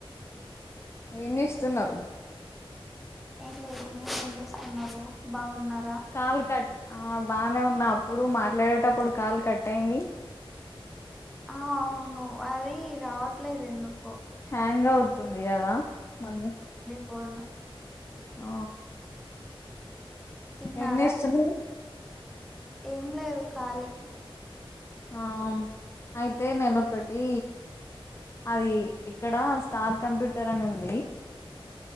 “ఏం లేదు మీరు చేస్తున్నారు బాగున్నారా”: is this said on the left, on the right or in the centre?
Centre